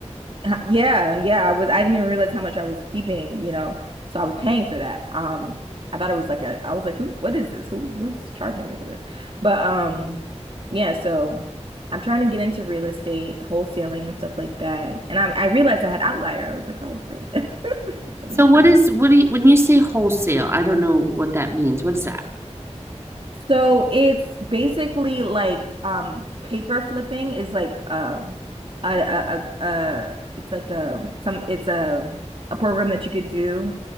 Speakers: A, on the right; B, on the right.
A: Ha- Yeah, yeah, I was I didn't even realize how much I was keeping, you know. So I was paying for that. Um I thought it was like a I was like who what is this? Who who's charging me for this? But um yeah, so I'm trying to get into real estate, wholesaling and stuff like that. And I I realized I had Outlier. I was like, "Oh, great." <laughs> Let me
B: So what is what do you, when you say wholesale, I don't know what that means. What is that?
A: So it's basically like um paper flipping is like um a a, a, a it's like a some it's a a program that you could do